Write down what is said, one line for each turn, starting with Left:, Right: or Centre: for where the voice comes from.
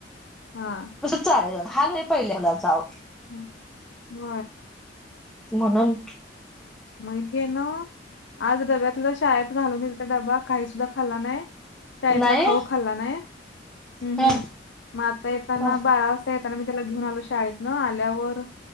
Left: हा
Centre: चा हलू आहे पहिले मला जाव
Left: ह ब
Centre: मणन
Left: मगे ना आज डब्यातलं शाळेत घालून येईल का डबा काही सुद्धा खाल्ला नाही शाळेतला
Centre: नाही
Left: खाऊ खाल्ला नाही हम्म
Centre: ह
Left: हम् म आता येताना
Centre: ह
Left: बारा वाजता येत त्यांना मी त्याला घेऊन आलो शाळेत न आल्यावर